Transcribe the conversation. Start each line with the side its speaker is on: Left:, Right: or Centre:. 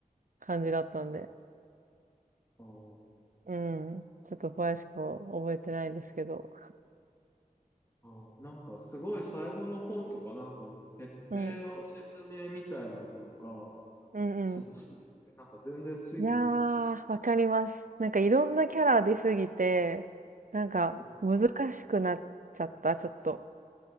Right: 感じだったんで。
Left: の。
Right: うん。ちょっと詳しく覚えてないですけど。
Left: あーあー、なんかすごい最後の方とかなんかもう設定の説明みたいなのが
Right: うん。うんうん。
Left: すごすぎて、なんか全然ついてない。
Right: いやー、わかります。なんかいろんなキャラ出すぎて、なんか難しくなっちゃった、
Left: そう
Right: ちょっと。